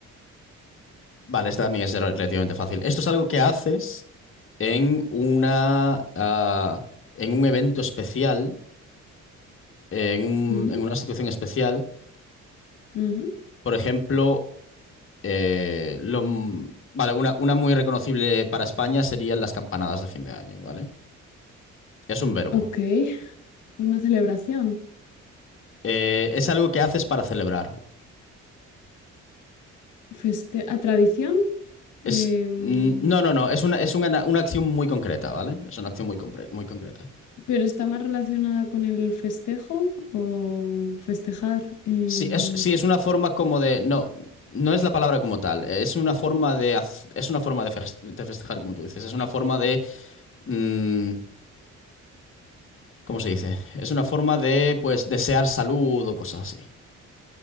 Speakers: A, on the left; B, on the left.
A: Vale, esta también es re- relativamente fácil. Esto es algo que haces en una, ah, en un evento especial, en un-
B: Ujú,
A: en una situación especial.
B: ujú.
A: Por ejemplo, eh, lo, m- vale, una, una muy reconocible para España serían las campanadas de fin de año, ¿vale? Es un verbo.
B: Ok, una celebración.
A: Eh, es algo que haces para celebrar.
B: Feste ¿a tradición?
A: Es,
B: Em,
A: mm, no, no, no. Es una, es una, una acción muy concreta, ¿vale? Es una acción muy, compre- muy concreta.
B: ¿Pero está más relacionada con el festejo o festejar? Em,
A: Sí, es, sí, es una forma como de. No, no es la palabra como tal. Es una forma de. haz- Es una forma de, fes- de festejar, como tú dices. Es una forma de. mm, ¿cómo se dice? Es una forma de, pues, desear salud o cosas así.